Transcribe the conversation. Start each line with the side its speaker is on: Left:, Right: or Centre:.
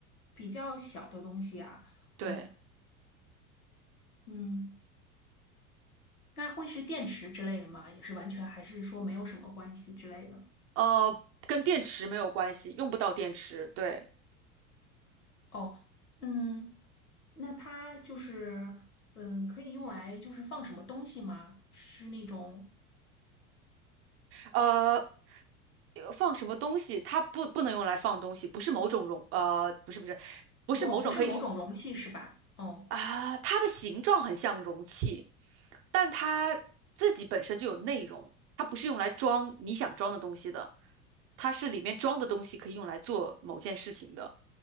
Left: 比较小的东西啊，
Right: 对，
Left: 哦，嗯，那会是电池之类的吗？也是完全还是说没有什么关系之类的？
Right: 呃，跟电池没有关系，用不到电池，对，
Left: 哦，嗯，那它就是，嗯，可以用来就是放什么东西吗？是那种，
Right: 呃呃放什么东西？它不不能用来放东西，不是某种容，呃，不是不是，不是某种可以。
Left: 哦，不是某种容器是吧？哦
Right: 啊，它的形状很像容器，但它自己本身就有内容，它不是用来装你想装的东西的，它是里面装的东西可以用来做某件事情的，